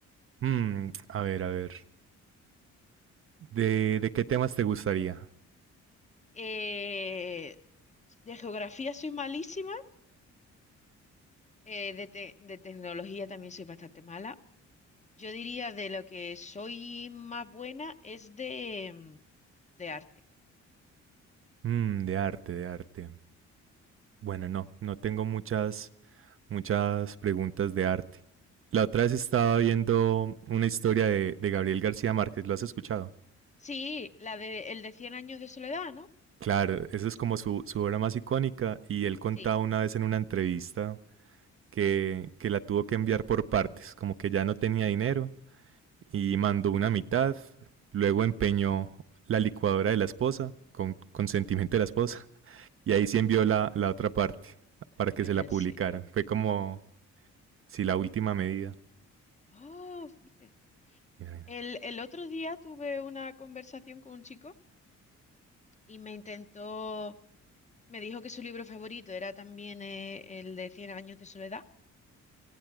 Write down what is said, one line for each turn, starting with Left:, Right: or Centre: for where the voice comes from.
Right: Mm, a ver, a ver. ¿De, de qué temas te gustaría?
Left: Eh, de geografía soy malísima. eh, de, te- de tecnología también soy bastante mala. Yo diría de lo que soy más buena es de, mm, de arte.
Right: Mm, de arte, de arte. Bueno, no, no tengo muchas muchas preguntas de arte. La otra vez estaba viendo una historia de, de Gabriel García Márquez, ¿lo has escuchado?
Left: Sí, la de el de cien años de soledad, ¿no?
Right: Claro, esa es como su, su obra más icónica y él contaba
Left: Sí.
Right: una vez en una entrevista que, que la tuvo que enviar por partes, como que ya no tenía dinero y mandó una mitad, luego empeñó la licuadora de la esposa, con consentimiento de la esposa, y ahí sí envió la, la otra parte para
Left: Venga,
Right: que se
Left: ya,
Right: la
Left: ¿en
Right: publicaran.
Left: serio?
Right: Fue como, si sí, la última medida.
Left: Oh, fíjate.
Right: Mira, mira.
Left: El, el otro día tuve una conversación con un chico y me intentó, me dijo que su libro favorito era también eh, el de cien años de soledad